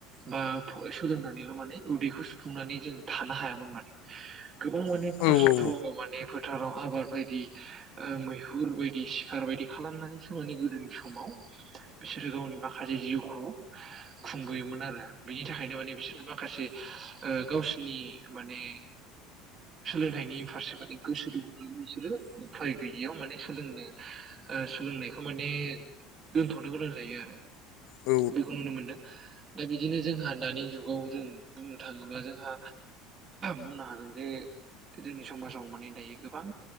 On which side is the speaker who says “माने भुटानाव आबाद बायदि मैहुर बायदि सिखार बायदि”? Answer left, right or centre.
Right